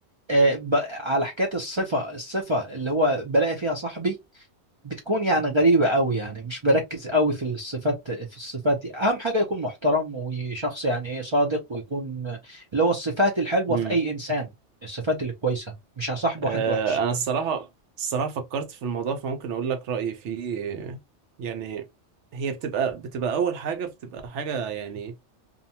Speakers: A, on the right; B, on the right.
A: آه، ب- على حكاية الصفة الصفة اللي هو بلاقي فيها صاحبي بتكون يعني غريبة قوي يعني مش بركز قوي في الصفات في الصفات دي أهم حاجة يكون محترم وشخص يعني إيه صادق ويكون اللي هو الصفات الحلوة
B: امم
A: في أي إنسان الصفات اللي كويسة مش هصاحب
B: آه،
A: واحد وحش
B: انا الصراحه الصراحه فكرت في الموضوع فممكن اقول لك رايي فيه يعني هي بتبقى بتبقى اول حاجه بتبقى حاجه يعني